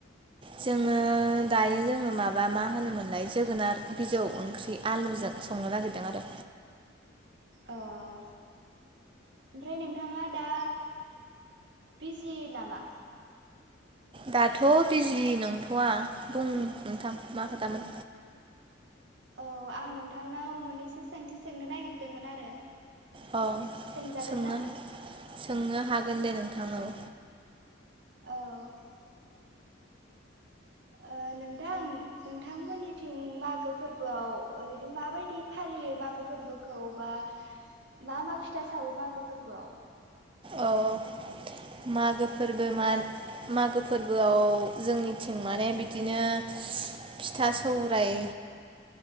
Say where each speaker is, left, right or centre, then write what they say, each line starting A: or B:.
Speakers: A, on the right; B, on the right.
A: जोङो दायो जोङो माबा मा होनोमोनलाय जोगोनार बिजौ ओंख्रि आलुजों संनो नागिरदों आरो।
B: अ' ओमफ्राय नोंथाङा दा बिजि नामा?
A: दाथ' बिजि नंथ'आ। बुं नोंथां मा खोथामोन?
B: औ आं नोंथांनाव मोननैसो सोंथि सोंनो नागिरदोंमोन आरो।
A: औ
B: सोंजागोन
A: सोंनो
B: ना
A: सोंनो हागोन दे नोंथां औ।
B: औ ओ नोंथां नोंथांमोननिथिं मागो फोरबोआव ओरैनो माबायदि फालियो मागो फोरबोखौ बा मा मा फिथा सावो मागो फोरबोआव?
A: अ' मागो फोरबो मान मागो फोरबोआव जोंनिथिं माने बिदिनो फिथा सौराय